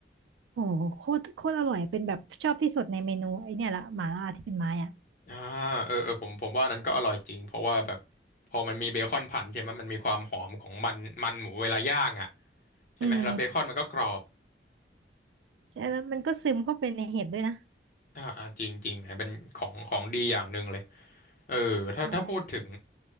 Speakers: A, on the right; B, on the left.
A: โอ้โหโคตรโคตรอร่อยเป็นแบบชอบที่สุดในเมนูไอเนี่ยละหม่าล่าที่เป็นไม้อ่ะ
B: อ่าเออเออผมผมว่านั้นก็อร่อยจริงเพราะว่าแบบพอมันมีเบคอนผันใช่ไหมมันมีความหอมของมันมันหมูเวลาย่างอ่ะใช่ไหมแล้วเบคอนมันก็กรอบ
A: อืมใช่แล้วมันก็ซึมเข้าไปในเห็ดด้วยนะ
B: อ่าอ่าจริงจริงนะเป็นของของดีอย่างหนึ่งเลยเออถ้าถ้าพูดถึง
A: ใช่